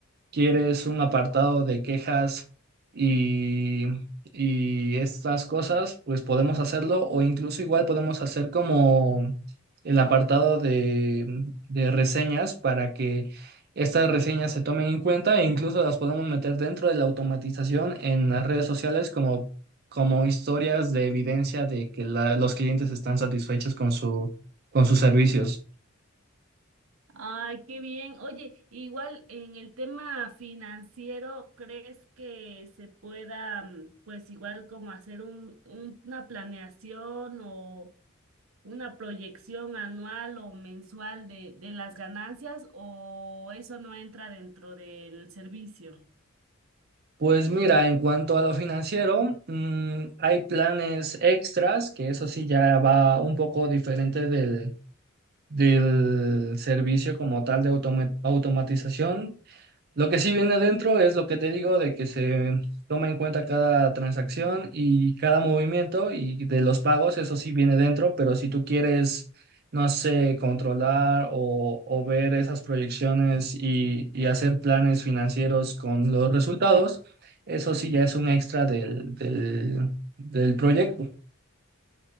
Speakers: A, on the right; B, on the right.
A: quieres un apartado de quejas y, y estas cosas, pues podemos hacerlo o incluso igual podemos hacer como el apartado de, de reseñas para que estas reseñas se tomen en cuenta e incluso las podemos meter dentro de la automatización en las redes sociales como, como historias de evidencia de que la- los clientes están satisfechos con su, con sus servicios.
B: Ay, qué bien. Oye, igual en el tema financiero, ¿crees que se pueda, mm, pues igual como hacer un, un- una planeación o una proyección anual o mensual de, de las ganancias o eso no entra dentro del servicio?
A: Pues mira, en cuanto a lo financiero, mm, hay planes extras, que eso sí ya va un poco diferente del, del servicio como tal de automa- automatización. Lo que sí viene adentro es lo que te digo de que se toma en cuenta cada transacción y cada movimiento y de los pagos, eso sí viene dentro, pero si tú quieres, no sé, controlar o, o ver esas proyecciones y, y hacer planes financieros con los resultados, eso sí ya es un extra del, del, del proyecto.